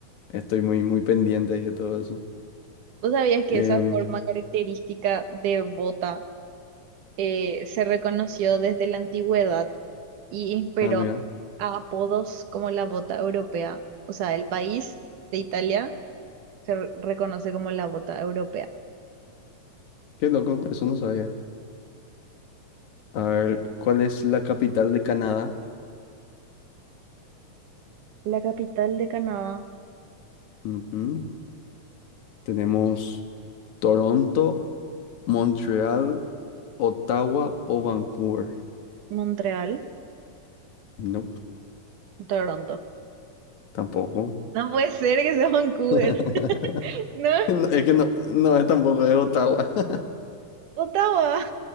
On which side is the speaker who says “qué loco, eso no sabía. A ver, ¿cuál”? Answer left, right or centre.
Left